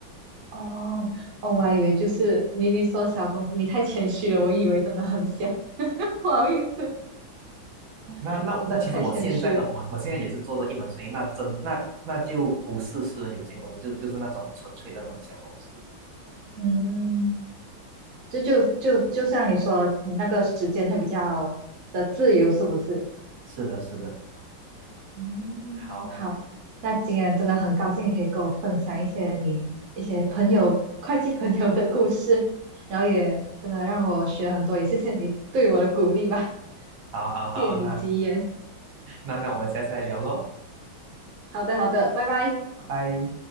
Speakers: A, on the right; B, on the right.
A: 哦哦，我还以为就是你你说小公司，你太谦虚了，我以为真的很小，<laughs> 不好意思，
B: 那那那其实我现在呢，
A: 你真的太谦虚了。
B: 我我现在也是做这一门生意，那真那那就不是私人有限公司，就就是那种纯粹的那种小公司。
A: 嗯。就就就就像你说，你那个时间会比较的自由，是不是？
B: 是的，是的，
A: 嗯，
B: 好，
A: 好，那今天真的很高兴你可以跟我分享一些你一些朋友会计朋友的故事，然后也真的让我学很多，也谢谢你对我的鼓励吧，
B: 好，好，好，
A: 借你吉言。
B: 那那那我们下次再聊喽，
A: 好的，好的，拜拜。
B: 拜拜。